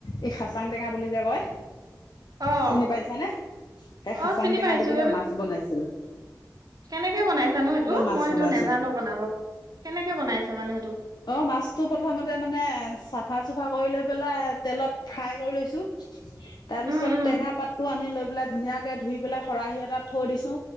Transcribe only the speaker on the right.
অ',
অ চিনি
পাইছো
সেইবিলাক
কেনেকে বনাইছানো সেইটো
মই সেইটো
নাজানো বনাব কেনেকে বনাইছে মানে সেইটো
উম,
উম,